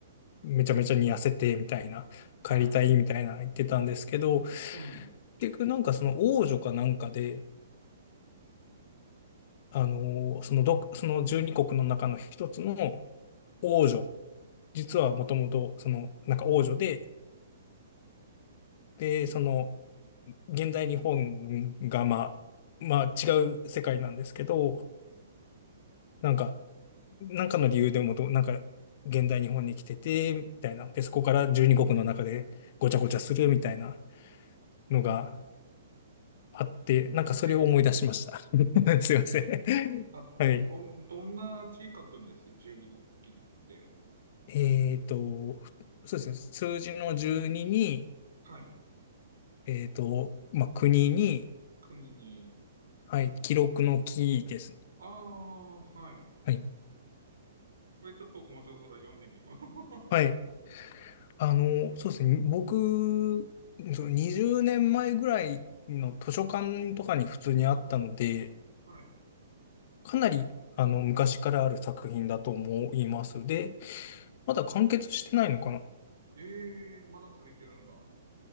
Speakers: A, on the left (about 45°); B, on the right (about 70°).
A: めちゃめちゃに痩せて、みたいな、
B: はい。
A: 帰りたい、みたいな言ってたんですけど、
B: うん。
A: 結局なんかその王女かなんかで、あの、そのど、その12国の中の一つの王女、実はもともと、その、なんか王女で、で、その、現代日本が、まあ、まあ違う世界なんですけど、なんか、なんかの理由でもど、なんか、現代日本に来てて、みたいな。で、そこから12国の中でごちゃごちゃするみたいなのがあって、なんかそれを思い出しました。
B: ええ。
A: <laughs> すいません。
B: え、あ、ど、
A: はい。
B: どん、どんな字書くんです十二国旗って。
A: えっと、そうですね。数字の12にに、
B: はい。
A: えっと、まあ、国に、
B: 国に。
A: はい、記録の記ですね。
B: ああ、はい。
A: はい。
B: これちょっと面白そうだ。読んでみよう。
A: はい。あの、そうですね。僕、その20年前ぐらいの図書館とかに普通にあったので、
B: <laughs> はい。
A: かなり、あの、昔からある作品だと思います。で、まだ完結してないのかな
B: ええ、まだ続いてるんだ。